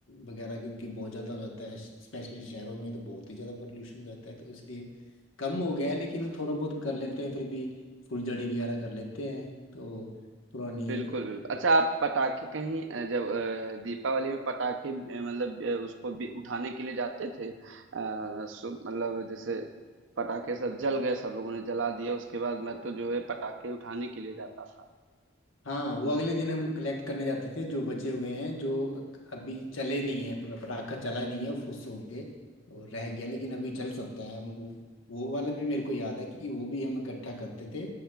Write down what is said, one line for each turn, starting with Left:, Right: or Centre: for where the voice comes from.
Left: वगैरह क्योंकि बहुत ज़्यादा रहता है स्पेशली शहरों में तो बहुत ही ज़्यादा पोल्यूशन रहता है तो इसलिए कम हो गया है लेकिन थोड़ा बहुत कर लेते हैं फिर भी फुलझड़ी वगैरह कर लेते हैं तो पुरानी
Right: बिल्कुल
Left: फिर
Right: बिल्कुल अच्छा आप पटाखे कहीं अ, जब अ, दीपावली में पटाखे अ, मतलब अ, उसको भी उठाने के लिए जाते थे आ, सो मतलब जैसे पटाखे सब जल गए सब लोगों ने जला दिया उसके बाद मैं तो जो है पटाखे उठाने के लिए जाता था
Left: हाँ वो अगले दिन हम कलेक्ट करने जाते थे जो बचे हुए हैं जो अभी चले नहीं है पूरा पटाखा चला ही नहीं है फुस हो गए और रह गया लेकिन अभी चल सकता है वो वो वाला भी मेरे को याद है कि वो भी हम इकट्ठा करते थे